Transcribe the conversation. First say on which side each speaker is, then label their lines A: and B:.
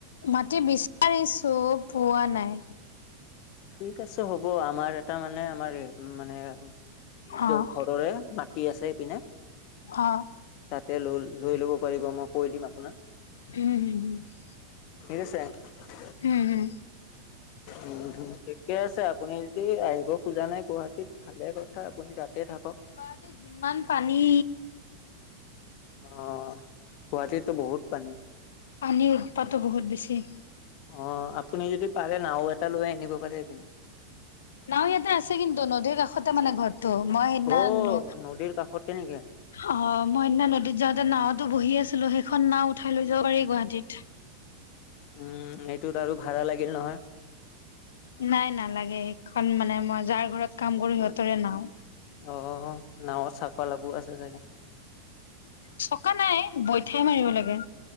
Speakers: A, on the left; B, on the left.
A: মাটি বিচাৰিছো পোৱা নাই।
B: ঠিক আছে হ'ব, আমাৰ এটা মানে, আমাৰ মানে নিজৰ
A: অ',
B: ঘৰৰে মাটি আছে এইপিনে।
A: অ',
B: তাতে লৈ লৈ ল'ব পাৰিব। মই কৈ দিম আপোনাক।
A: উম।
B: <inaudible>
A: হুম-হুম।
B: উম ঠিকে আছে আপুনি। আহিব খোজা নাই গুৱাহাটীত ভালে কথা আপুনি তাতে থাকক।
A: গুৱাহাটীত যিমান পানী।
B: অ, গুৱাহাটীতটো বহুত পানী।
A: পানীৰ উৎপাতো বহুত বেছি।
B: অ, আপুনি যদি পাৰে নাও এটা লৈ আনিব পাৰে এইপিনে।
A: নাও ইয়াতে আছে কিন্তু নদীৰ কাষতে মানে ঘৰ। ত মই সেইদিনা।
B: অ নদীৰ কাষতে নেকি
A: অ, মই সেইদিনা নদীত যাওঁতে নাওতো বহি আছিলো সেইখন নাও উঠাই লৈ যাব পাৰি গুৱাহাটীত।
B: উমস এইটোত আৰু ভাড়া লাগিল নহয়।
A: নাই নালাগে সেইখন মানে মই যাৰ ঘৰত। কাম কৰি সিহঁতৰে নাও।
B: অ নাৱত চাকা লাগু আছে চাগে
A: চকা নাই বৈঠাই মাৰিব লাগে।